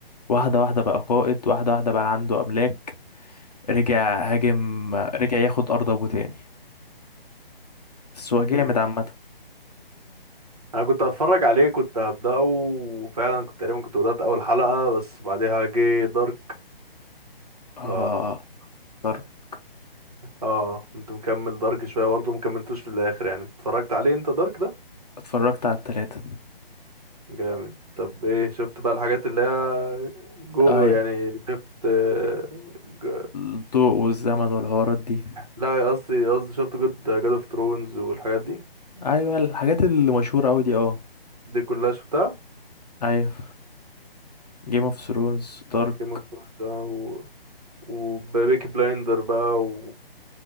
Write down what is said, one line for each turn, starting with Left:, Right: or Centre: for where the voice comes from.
Left: واحدة واحدة بقى قائد واحدة واحدة بقى عنده أملاك رجع هاجم رجع ياخد أرض أبوه تاني بس هو جامد
Right: امم
Left: عامة
Right: انا كنت هتفرج عليه كنت هبدأه وفعلا كنت تقريبا كنت بدأت اول حلقة بس بعدها جه دارك
Left: آه
Right: ف
Left: اتفرجت
Right: اه كنت مكمل دارك شوية برضه مكملتوش للآخر يعني اتفرجت عليه انت دارك ده
Left: اتفرجت على التلاتة
Right: جامد طب ايه شفت بقى الحاجات اللي هي جو
Left: أي
Right: يعني شفت ج...
Left: الضوء والزمن والحوارات دي
Right: لا قصدي قصدي شفت جود جاد اوف ثرونز والحاجات دي
Left: ايوه الحاجات اللي مشهوره قوي دي اه
Right: دي كلها شفتها
Left: ايوه جيم اوف ثرونز دارك
Right: جيم اوف ثرونز و... وبيكي بلايندر بقى و...